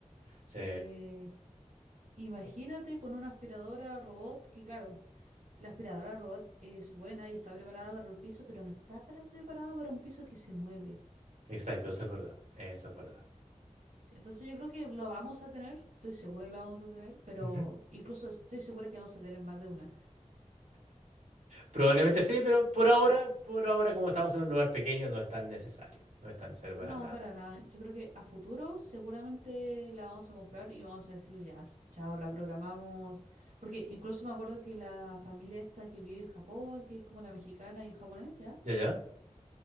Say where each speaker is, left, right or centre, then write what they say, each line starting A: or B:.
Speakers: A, on the right; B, on the right.
A: sí,
B: eh, imagínate con una aspiradora robot que, claro, la aspiradora robot es buena y está preparada para los pisos, pero no está para- preparada para un piso que se mueve.
A: exacto, eso es verdad, eso es verdad.
B: Sí, entonces yo creo que lo vamos a tener, estoy segura que lo vamos a tener, pero
A: Ujú.
B: incluso estoy segura que vamos a tener más de una.
A: Probablemente sí, pero por ahora, por ahora como estamos en un lugar pequeño, no es tan necesario, no es tan necesario para
B: No,
A: nada.
B: para nada. Yo creo que a futuro seguramente la vamos a comprar y vamos a decir, ya, s- chao, la programamos. Porque incluso me acuerdo que la familia esta que vive en Japón, que es como la mexicana y el japonés, ¿ya?
A: ¿Ya, ya?